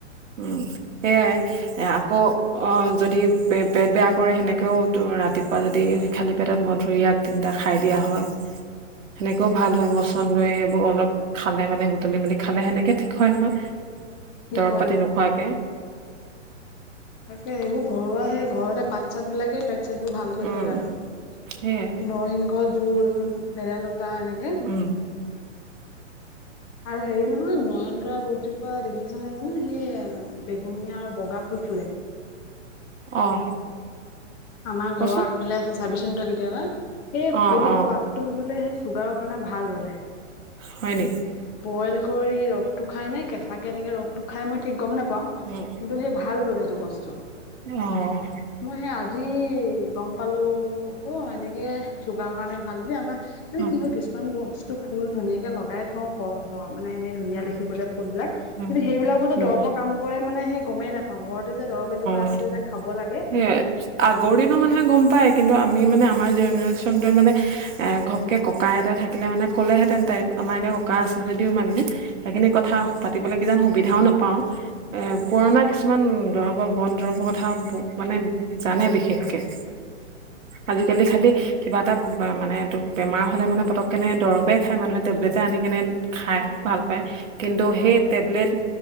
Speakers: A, on the right; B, on the left.
A: উম সেয়াই। এ, আকৌ অ', যদি পে পেট বেয়া কৰে সেনেকেও তো ৰাতিপুৱা যদি খালী পেটত মধুৰিয়াক তিনটা খাই দিয়া হয়।
B: <inaudible>
A: সেনেকেও
B: উম
A: ভাল হয় মচন্দই এইবোৰ অলপ খালে মানে বু তলি মেলি খালে সেনেকে ঠিক হয় নহয়,
B: ঠিক
A: দৰৱ
B: হয়
A: পাতি
B: অ
A: নোখোৱাকে।
B: তাকে সেইবোৰ ঘৰুৱা সেই ঘৰতে পাত চাত বিলাকে পেট চটবোৰ ভালকৈ
A: উম
B: থয় আৰু।
A: সেয়াই
B: নৰসিংহ জোল, বেদাইলতা এনেকে
A: উম।
B: আৰু হেৰি নহয় নয়ন তৰা গছজোপা দেখিছ নে জানো সেই বেঙুনীয়া আৰু বগা ফুল ফুলে
A: অ'।
B: আমাৰ ঘৰৰ
A: কচোন
B: আগফালে আছে চাবিচোন তই কেতিয়াবা সেই
A: অ
B: ফুলৰ
A: অ
B: পাত টো বোলে সেই চুগাৰৰ কাৰণে ভাল বোলে।
A: হয় নি?
B: বইল কৰি ৰসটো খাই নে কেঁচাকে এনেকে ৰসটো খাই মই ঠিক গম নেপাওঁ।
A: <unintelligible>
B: কিন্তু সেই ভাল বোলে সেইটো বস্তু।
A: অ'।
B: মই সেই আজি গম পালোঁ ক' এনেকে চুগাৰৰ কাৰণে ভাল বুলি আমাৰ মানে
A: উম
B: কি হয় কিছুমান বস্তু ফুল ধুনীয়াকে লগাই থওঁ হয় হয় মানে এনেই ধুনীয়া দেখিবলে ফুলবিলাক কিন্তু
A: উম
B: সেইবিলাকো যে
A: উম
B: দৰবৰ কাম কৰে মানে সেই গমেই নাপ অ', ঘৰতে যে দৰৱ এজোপা
A: অ
B: আছে যে খাব লাগে।
A: সেয়াই আগৰ দিনৰ মানুহে গম পায়, কিন্তু আমি মানে আমাৰ জেনেৰেচনটোৱে মানে এ ঘপ কে ককা- আইতা থাকিলে মানে ক'লেহেতেন তাইপ আমাৰ এতিয়া ককা আছে যদিও মানে সেইখিনি কথা
B: উম
A: পাত তিবলে কিজান সুবিধাও নাপাওঁ এ,
B: উম
A: পুৰণা কিছুমান দৰব বন দৰৱৰ কথা ব মানে জানে বিশেষকে।
B: উম।
A: আজিকালি খালি কিবা এটা বা মানে এইটো বেমাৰ হ'লে মানে পতক কেনে দৰৱে খাই মানুহে টেবলেটে আনি কেনে খাই
B: উম
A: ভাল পায়। কিন্তু সেই টেবলেট